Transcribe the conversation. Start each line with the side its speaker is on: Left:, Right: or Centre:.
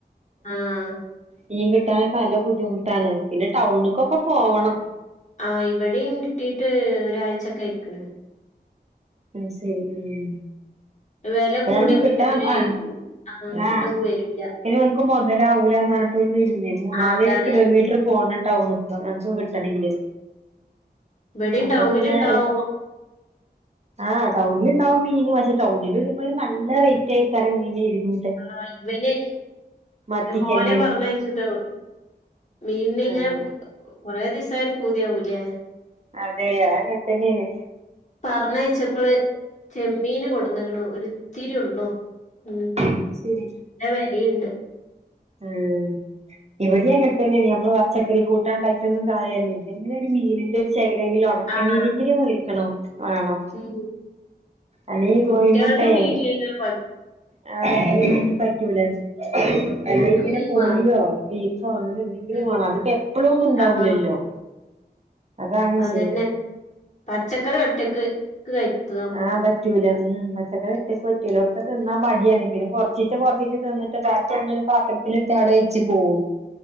Left: ആഹ്
Right: മീൻ കിട്ടാനൊക്കെ നല്ല ബുദ്ധിമുട്ടാണ് പിന്നെ ടൗണിക്കൊക്കെ പോവണം
Left: ആഹ ഇവിടെയും കിട്ടീട്ട് ഒരാഴ്ചക്കെ കയിക്കണ്
Right: ആ ശരി ഉം
Left: വെല കൂടിയാ
Right: ന്ന് കിട്ടാൻ
Left: പിന്നെ ഇവര്
Right: ആ
Left: ആഹ് ഇങ്ങട്ടൊന്നും
Right: ആഹ
Left: വരൂല
Right: ഇത് ഇവർക്ക് മുതലാവൂ എന്ന പറഞ്ഞട്ട് ഒരു മൂന്നാല്
Left: ആഹ് അതാണ്
Right: കിലോമീറ്റർ പോക ടൗണക്ക് കിട്ടണെങ്കില്
Left: ഇവിടിം
Right: അപ്പൊ
Left: ടൗണില്ണ്ടാവും
Right: പിന്നെ ആഹ് ടൗണിൽ ഉണ്ടാവും മീൻ പക്ഷെ ടൗണിൽ വരുമ്പോ ഒരു നല്ല റേറ്റ് ആയിക്കറ മീൻായിരുന്നു
Left: ആഹ ഇവന്
Right: മത്തിക്കന്നെ
Left: മോനെ പറഞ്ഞയച്ചിട്ടോ മീൻ ഇങ്ങനെ
Right: ആഹ്
Left: കൊറെ ദിവസ ആകുമ്പോ ഒരു പൂതിയാവൂലേ
Right: അതെ അത് അങ്ങനെ തന്നെയാണ്
Left: പറഞ്ഞയച്ചപ്പോള് ചെമ്മീന് കൊടുന്നക്കണോ ഒരിത്തിരിയ ഉള്ളോ ഉ
Right: ഉം മനസ്സിലായി
Left: നല്ല വിലയുണ്ട്
Right: ആഹ ഇവിടെ അങ്ങനെ തന്നെയാണ് നമ്മള് പച്ചക്കറി കൂട്ടാണ്ടായിട്ടൊന്നും കാര്യല്ല ഏതെങ്കിലും ഒരു മീനിന്റെ <unintelligible> ങ്കിലും ഉണക്ക
Left: ആഹ്
Right: മീനെങ്കിലും മേടിക്കണം വേണോ
Left: <unintelligible>
Right: അല്ലീ
Left: കുട്ട്യാൾക്ക്
Right: കോയി മുട്ടയ
Left: മീനില്ലെങ്കിലും
Right: അ അല്ലെങ്കിൽ
Left: കൊഴപ്പല്ല
Right: പറ്റൂല അ അല്ലെങ്കിൽ പിന്നെ
Left: മീൻ
Right: കോഴിയോ
Left: വാണം
Right: ബീഫോ അങ്ങനെ എന്തെങ്കിലും
Left: ഉം
Right: വേണം അതിപ്പോ എപ്പഴോ ഒന്നും ഉണ്ടാവൂല്ലല്ലോ
Left: ആഹ്
Right: അതാണ് വിഷയം
Left: അതന്നെ പച്ചക്കറി ഒറ്റക്ക് <unintelligible>
Right: ആഹ് പറ്റൂല ഉം പച്ചക്ക കൊറ്റയില ഒക്കെ തിന്നാൻ മടിയാണ് പിന്നെ കുറച്ചിട്ട് കുറച്ചിട്ട് തിന്നിട്ട് ബാക്കി അങ്ങനെ പാത്രത്തി എടുത്ത് അവിടെ വെച്ച് പോകവും